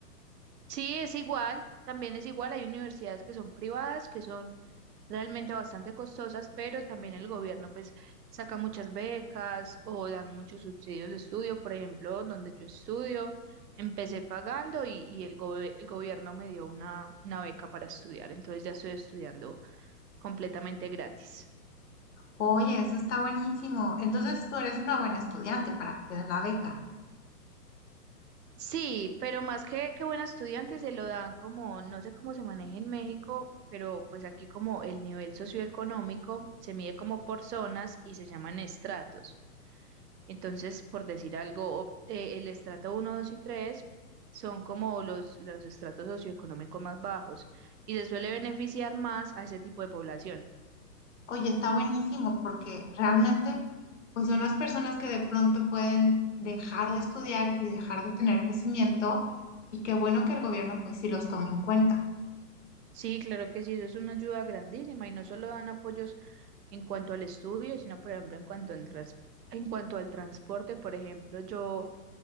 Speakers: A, on the right; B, on the left.
A: sí, es igual, también es igual, hay universidades que son privadas, que son realmente bastante costosas, pero también el gobierno pues saca muchas becas o dan muchos subsidios de estudio, por ejemplo, donde yo estudio, empecé pagando y, y el, gobe- el gobierno me dio una, una beca para estudiar, entonces ya estoy estudiando completamente gratis.
B: Oye, eso está buenísimo. Entonces tú eres una buena estudiante para que te den la beca.
A: Sí, pero más que, que buen estudiante se lo dan como, no sé cómo se maneja en México, pero pues aquí como el nivel socioeconómico se mide como por zonas y se llaman estratos. Entonces, por decir algo, eh, el estrato uno, 2 y 3 son como los, los estratos socioeconómicos más bajos y se suele beneficiar más a ese tipo de población.
B: Oye, está buenísimo porque realmente pues son las personas que de pronto pueden dejar de estudiar y dejar de tener crecimiento y qué bueno que el gobierno pues sí los tome en cuenta.
A: Sí, claro que sí, eso es una ayuda grandísima y no solo dan apoyos en cuanto al estudio, sino por ejemplo en cuanto al trans- en cuanto al transporte, por ejemplo, yo